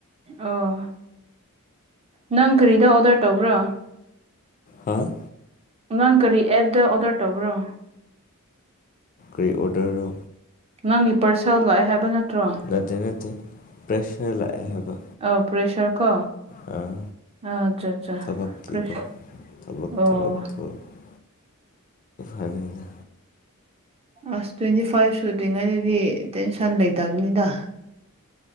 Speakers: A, on the right; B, on the left.
A: ꯑꯣ ꯅꯪ ꯀꯔꯤꯗ ꯑꯣꯗꯔ ꯇꯧꯕ꯭ꯔꯣ
B: ꯍꯥꯥ
A: ꯅꯡ ꯀꯔꯤ ꯑꯦꯞꯇ ꯑꯣꯔꯗꯔ ꯇꯧꯕ꯭ꯔꯣ
B: ꯀꯔꯤ ꯑꯣꯔꯗꯔꯣ
A: ꯅꯪꯒꯤ ꯄꯥꯔꯁꯦꯜ ꯂꯥꯛꯑꯦ ꯍꯥꯏꯕ ꯅꯠꯇ꯭ꯔꯣ
B: ꯅꯠꯇꯦ ꯅꯠꯇꯦ ꯄ꯭ꯔꯦꯁꯔ ꯂꯥꯛꯑꯦ ꯍꯥꯏꯕ
A: ꯑꯣ ꯄ꯭ꯔꯦꯁꯔ ꯀꯣ
B: ꯑꯥ
A: ꯑꯥ ꯑꯠꯆꯥ ꯑꯠꯆꯥ
B: ꯊꯕꯛꯀꯤꯀꯣ
A: ꯄꯦꯁ
B: ꯊꯕꯛ
A: ꯑꯣ
B: ꯊꯕꯛ ꯊꯕꯛ ꯍꯥꯏꯕꯅꯤꯅ
A: ꯑꯁ ꯇ꯭ꯋꯦꯟꯇꯤ ꯐꯥꯏꯚ ꯁꯨꯗ꯭ꯔꯤꯉꯩꯗꯗꯤ ꯇꯦꯟꯁꯟ ꯂꯩꯇꯕꯅꯤꯗ